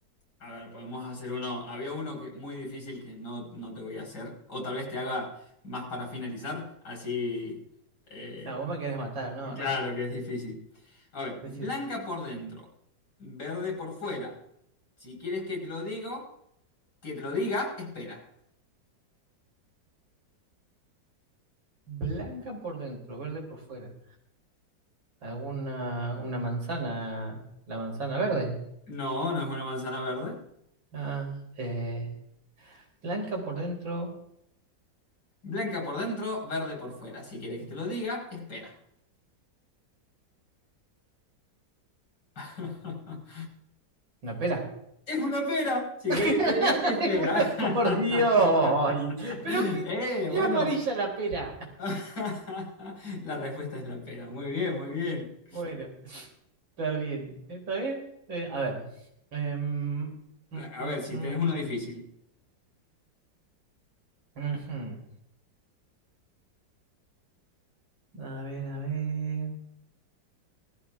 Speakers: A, on the left (about 60°); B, on the right (about 85°).
A: A ver, podemos hacer uno. Había uno que muy difícil que no, no te voy a hacer. O tal vez te haga más para finalizar. Así. eh,
B: no, vos me querés matar, no,
A: claro
B: no.
A: que es difícil.
B: Es
A: A ver,
B: decir,
A: blanca por dentro, verde por fuera. Si quieres que te lo digo, que te lo diga, espera.
B: blanca por dentro, verde por fuera. ¿Alguna una manzana? ¿La manzana verde?
A: No, no es una manzana verde.
B: Ah, eh, blanca por dentro,
A: Blanca por dentro, verde por fuera. Si quieres que te lo diga, espera. <laughs>
B: una pera.
A: Es una pera. Si
B: <laughs>
A: quieres que te lo diga,
B: Ay,
A: espera.
B: Pero por Dios, ay,
A: <laughs>
B: pero que
A: Eh,
B: es
A: bueno.
B: amarilla la pera.
A: <laughs> La respuesta es la pera. Muy bien, muy bien.
B: Bueno. Está bien, está bien. Eh, a ver. em, mm,
A: A
B: mm,
A: a ver, si
B: mm,
A: tenés uno difícil.
B: ujú. A ver, a ver.